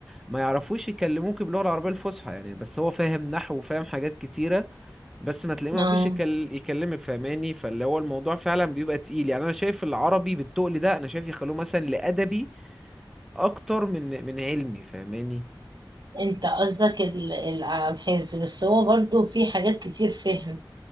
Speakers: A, in the centre; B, on the right.
A: ما يعرفوش يكلموك باللغه العربيه الفصحى يعني بس هو فاهم نحو وفاهم حاجات كتيره بس ما تلاقيه ما
B: اه
A: يعرفوش يكل... يكلمك فاهماني فاللي هو الموضوع فعلا بيبقى تقيل يعني انا شايف العربي بالتقل ده انا شايف يخلوه مثلا لادبي اكتر من من علمي فاهماني
B: انت قصدك ال... ال... على الحفظ بس هو برضو في حاجات كتير فهم